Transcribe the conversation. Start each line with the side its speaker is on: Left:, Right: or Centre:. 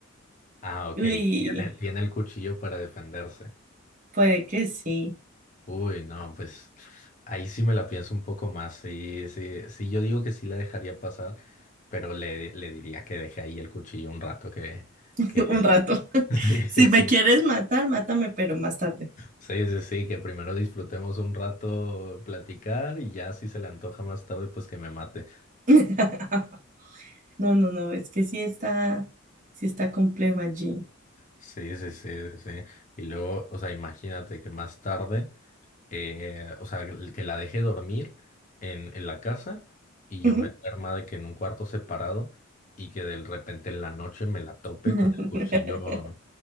Left: Ah, ok.
Right: Uy,
Left: <laughs> Tiene, tiene el cuchillo para defenderse.
Right: puede que sí,
Left: Uy, no, pues ahí sí me la pienso un poco más. Sí, sí, sí, yo digo que sí la dejaría pasar, pero le, le diría que deje ahí el cuchillo un rato, que,
Right: <laughs>
Left: que,
Right: un rato. <laughs>
Left: <laughs> sí,
Right: Si
Left: sí, sí,
Right: me quieres matar, mátame, pero más tarde.
Left: sí, sí, sí, que primero disfrutemos un rato platicar y ya si se le antoja más tarde, pues que me mate.
Right: <laughs> No, no, no, es que sí está, sí está complejo allí.
Left: Sí, sí, sí, sí, sí. Y luego, o sea, imagínate que más tarde. eh, o sea, el que la deje dormir en, en la casa y yo
Right: Ujú.
Left: me duerma de que en un cuarto separado y que de repente en la noche me la tope
Right: <laughs>
Left: con el cuchillo